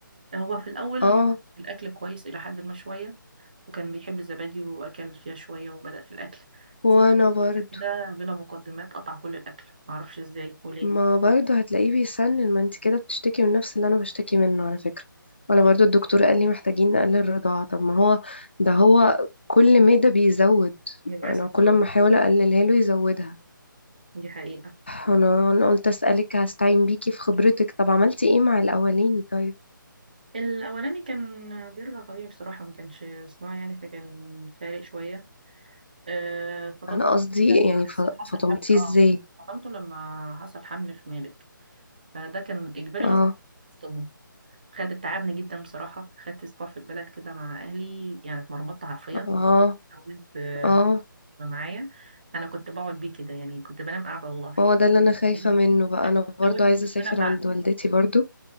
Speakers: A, on the right; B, on the left.
A: هو في الأول
B: اه
A: الأكل كويس إلى حد ما شوية وكان بيحب الزبادي وأكل فيها شوية وبدأ في الأكل
B: وانا
A: بس
B: برضو
A: كده بلا مقدمات قطع كل الأكل معرفش ازاي وليه
B: ما برضه هتلاقيه بيسنن ما انت كده بتشتكي من نفس اللي انا بشتكي منه على فكرة وانا برضه الدكتور قال لي محتاجين نقلل الرضاعة طب ما هو ده هو كل مادة بيزود
A: للأسف
B: انا كل
A: اه
B: ما احاول اقللها له يزودها
A: دي حقيقة
B: انا انا قلت اسالك هستعين بيكي في خبرتك طب عملتي ايه مع الاولاني طيب
A: الأولاني كان بيرجع طبيعي بصراحة ما كانش صناعي يعني فكان فارق شوية أه فطمته
B: انا قصدي
A: لما
B: يعني
A: حس-
B: ف-
A: حصل
B: فطمتيه
A: حمل اه
B: ازاي
A: فطمته لما حصل حمل في مالك فده كان إجباري
B: اه
A: غصب عنه خد تعبني جدا بصراحة خدت أسبوع في البلد كده مع أهلي يعني اتمرمطت حرفيا
B: اه
A: عاوز آه،
B: اه
A: يبقى معايا أنا كنت بقعد بيه كده يعني كنت بنام قاعدة والله
B: هو ده اللي انا خايفة
A: <laughs>
B: منه بقى انا برضه
A: حاولت
B: عايزة اسافر
A: ان انا بعد
B: عند والدتي برضه